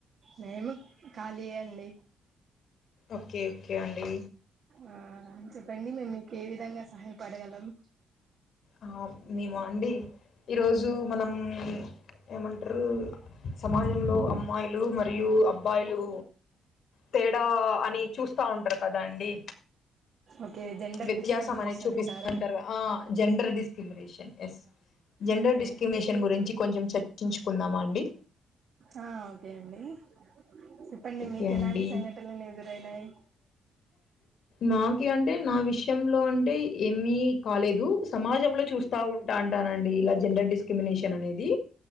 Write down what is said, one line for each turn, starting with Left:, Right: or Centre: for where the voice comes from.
Right: మేము ఖాళీయే అండి
Left: ఓకే ఓకే అండి
Right: ఆ అని చెప్పండి మేము మీకు ఏ విధంగా సహాయపడగలం
Left: ఆ నీవా అండి ఈరోజు మనం ఏమంటరు సమాజంలో అమ్మాయిలు మరియు అబ్బాయిలు తేడా అని చూస్తా ఉంటారు కదా అండి
Right: ఓకే జెండర్
Left: వ్యత్యాసం
Right: డిస్క్రిమినేషన్
Left: అనేది చూపిస్త
Right: అంటారా
Left: ఉంటారు గ ఆ gender discrimination yes gender
Right: okay
Left: discrimination గురించి కొంచెం చర్చించుకుందామ అండి
Right: ఆ ఓకే అండి చెప్పండి
Left: ఓకే
Right: మీకు ఎలాంటి
Left: అండి
Right: సంఘటనలు ఎదురైనాయి
Left: నాకి అంటే నా విషయంలో అంటే ఏమి కాలేదు సమాజంలో చూస్ స్తా ఉంటా అంటానండి ఇలా జెండర్ డిస్క్రిమినేషన్ అనేది